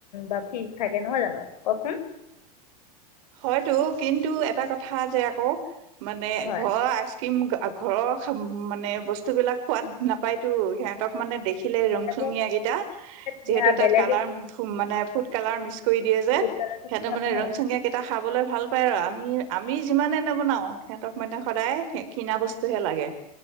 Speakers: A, on the left (about 85°); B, on the right (about 55°).
A: বা ফ্ৰিজ থাকে নহয় জানো কওকচোন
B: হয়তটো কিন্তু এটা কথা যে আকৌ মানে
A: হয়,
B: ঘৰ আইচ কিম ঘৰৰ মানে বস্তুবিলাক খোৱাদ নাপায়তো সিহঁতক মানে দেখিলে
A: বেলেগক
B: ৰংচুঙীয়াাকেইটা যিহেতু
A: দিয়া,
B: তাত
A: বেলেগে
B: কালাৰ মানে ফুড কালাৰ মিক্স কৰি দিয়ে যে
A: ফুড কালাৰ থাকে
B: সিহঁতে মে
A: ন?
B: ৰং চীয়া এটা খাবলৈ ভাল পায় আৰু আমি আমি যিমানে নবনাওঁ সিহঁতক মানে সদায় কিনা বস্তুহে লাগে